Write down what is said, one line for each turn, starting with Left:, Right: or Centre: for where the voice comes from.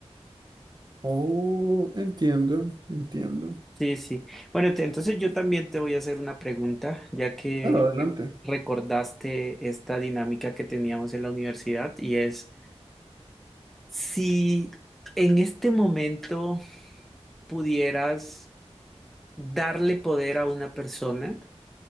Right: Oh, entiendo, entiendo.
Centre: Sí, sí. Bueno, te- entonces yo también te voy a hacer una pregunta, ya que
Right: Claro, adelante.
Centre: recordaste esta dinámica que teníamos en la universidad y es si en este momento pudieras darle poder a una persona,